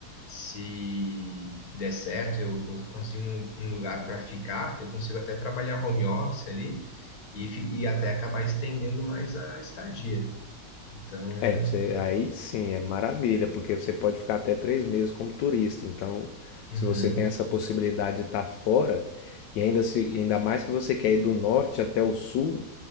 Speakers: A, on the left (about 55°); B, on the left (about 80°).
A: se der certo, eu cons- consigo um um lugar para ficar, eu consigo até trabalhar home office ali e, fi- e até acabar estendendo mais a estadia. Então,
B: É, você, aí sim, é maravilha, porque você pode ficar até três meses como turista. Então,
A: uhum,
B: se você tem essa possibilidade de estar fora, e ainda se, ainda mais que você quer ir do norte até o sul,